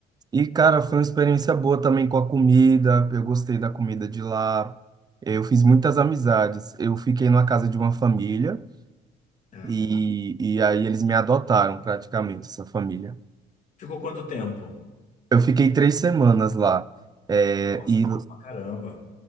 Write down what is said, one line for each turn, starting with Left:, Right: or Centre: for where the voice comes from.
Right: e, cara, foi uma experiência boa também com a comida. Eu gostei da comida de lá. Eu fiz muitas amizades. Eu fiquei numa casa de uma família
Left: É.
Right: e, e aí eles me adotaram praticamente, essa família.
Left: Ficou quanto tempo?
Right: Eu fiquei três semanas lá. É,
Left: Nossa,
Right: e
Left: tempo pra caramba.